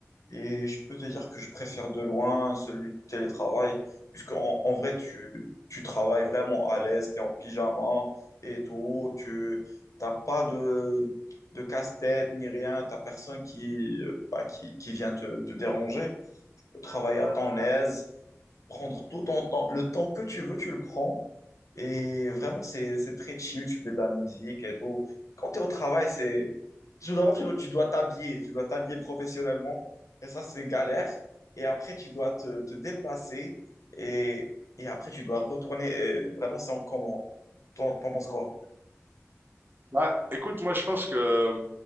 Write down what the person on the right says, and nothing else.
Bah, écoute, moi, je pense que,